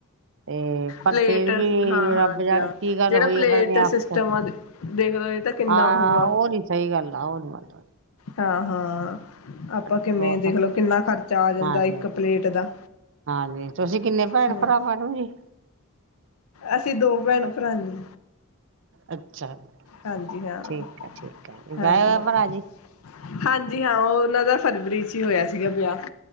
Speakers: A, on the right (about 60°); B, on the left (about 80°).
A: ਤੇ ਪਰ
B: ਪਲੇਟ
A: ਫੇਰ ਵੀ
B: ਹਾਂ- ਹਾਂ,
A: ਰੱਬ ਜਾ
B: ਜ ਹ
A: ਕੀ ਗੱਲ
B: ਜਿਹੜਾ
A: ਹੋਈ
B: ਪਲੇਟ
A: ਆ ਪਤਾ ਨੀ ਆਪਸ
B: ਸਿਸ਼ <unintelligible>
A: ਚ
B: ਦੇਖਣਾ ਏ ਤਾਂ ਕਿੰਨਾ
A: ਹਾਂ
B: ਆ
A: ਉਹ ਨੀ, ਸਹੀ ਗੱਲ ਆ। ਉਹ ਨੀ ਮੰਤਬਲ
B: ਹਾਂ, ਹਾਂ ਆਪਾਂ ਕਿਵੇਂ
A: ਜੀ ਬਹੁਤ
B: ਦੇਖ ਲਓ। ਕਿੰਨਾ ਖਰਚਾ ਆ ਜਾਂਦਾ।
A: ਹਾਂਜੀ
B: ਇੱਕ
A: ਹਾਂਜੀ
B: ਪਲੇਟ ਦਾ।
A: ਹਾਂਜੀ। ਤੁਸੀਂ, ਕਿੰਨੇ ਭੈਣ-
B: ਹੂੰ
A: ਭਰਾ ਮੈਡਮ ਜੀ?
B: ਅਸੀਂ, ਦੋ ਭੈਣ -ਭਰਾ ਆ ਜੀ।
A: ਅੱਛਾ ਜੀ,
B: ਹਾਂਜੀ ਹਾਂ
A: ਠੀਕ ਹੈ, ਠੀਕ ਹੈ ਜੀ। ਵਿਆਹਿਆ
B: ਹਾਂਜੀ
A: ਹੋਆ
B: ਹਾਂ
A: ਭਰਾ ਜੀ?
B: ਹਾਂਜੀ ਹਾਂ। ਉਹ ਉਹਨਾਂ ਦਾ, ਫਰਵਰੀ ਚ ਹੀ, ਹੋਇਆ ਸੀਗਾ ਵਿਆਹ।